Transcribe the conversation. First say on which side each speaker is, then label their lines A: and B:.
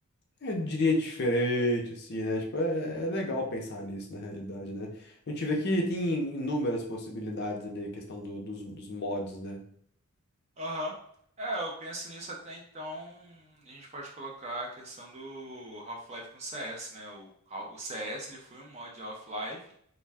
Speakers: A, on the left; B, on the right.
A: É, Eu diria diferente, assim, né? Tipo, é, é legal pensar nisso, na realidade, né? A gente vê que tem inúmeras possibilidades ali, a questão do- dos, dos mods, né?
B: Aham. É, eu penso nisso até então. A gente pode colocar a questão do Half-Life com CS, né? O, o CS ele foi um mod de Half-Life